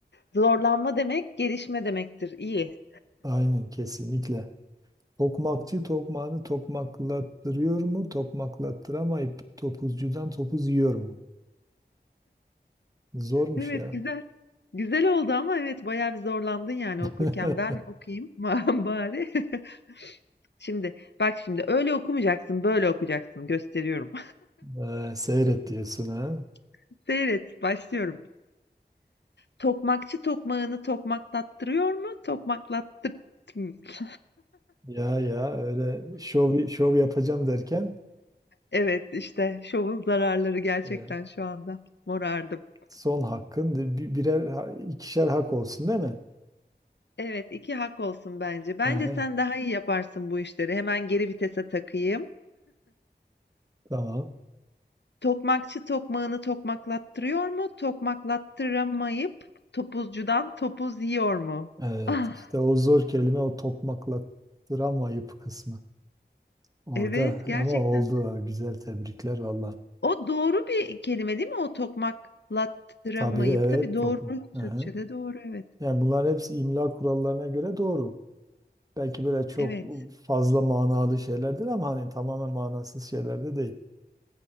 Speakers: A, on the left; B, on the right.
A: Zorlanma demek gelişme demektir. İyi.
B: Aynen kesinlikle. Tokmakçı tokmağını tokmaklattırıyor mu? Tokmaklattıramayıp topuzcudan topuz yiyor mu? Zormuş
A: Evet,
B: ya.
A: güzel. Güzel oldu ama evet bayağı bir zorlandın yani
B: <laughs>
A: okurken. Ben okuyayım <laughs> bari. <laughs> Şimdi bak şimdi öyle okumayacaksın, böyle okuyacaksın. Gösteriyorum.
B: Ee, seyret diyorsun ha.
A: <laughs> Seyret, başlıyorum. Tokmakçı tokmağını tokmaklattırıyor mu? Tokmaklattır. <laughs>
B: Ya ya öyle şov şov yapacağım derken
A: Evet işte şovun zararları gerçekten
B: e,
A: şu anda morardım.
B: son hakkın di- bi- birer ha- ikişer hak olsun değil mi?
A: Evet, 2 hak olsun bence. Bence
B: Ehe,
A: sen daha iyi yaparsın bu işleri. Hemen geri vitese takayım.
B: tamam.
A: Tokmakçı tokmağını tokmaklattırıyor mu? Tokmaklattıramayıp topuzcudan topuz yiyor mu?
B: Evet
A: Ah,
B: işte o zor kelime o tokmaklattıramayıp kısmı orada
A: evet gerçekten.
B: ama oldu ha, güzel tebrikler valla.
A: O doğru bir kelime değil mi? O tokmaklattıramayıp.
B: Tabii evet
A: Tabii doğru.
B: tokmak. Ehe.
A: Türkçe'de doğru evet.
B: Yani bunların hepsi imla kurallarına göre doğru. Belki böyle çok
A: Evet.
B: fazla manalı şeylerdir ama hani tamamen manasız şeyler de değil.